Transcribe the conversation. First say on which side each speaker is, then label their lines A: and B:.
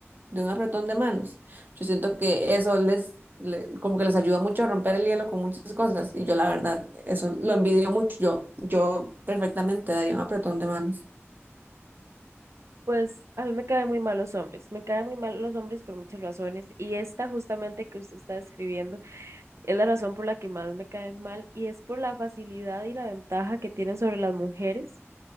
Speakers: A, on the right; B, on the right.
A: de un apretón de manos, yo siento que eso les, le- como que les ayuda mucho a romper el hielo con muchas cosas y yo la verdad, eso lo envidio mucho, yo, yo perfectamente daría un apretón de manos.
B: Pues a mí me caen muy mal los hombres, me caen muy mal los hombres por muchas razones y esta justamente que usted está describiendo es la razón por la que más me caen mal y es por la facilidad y la ventaja que tienen sobre las mujeres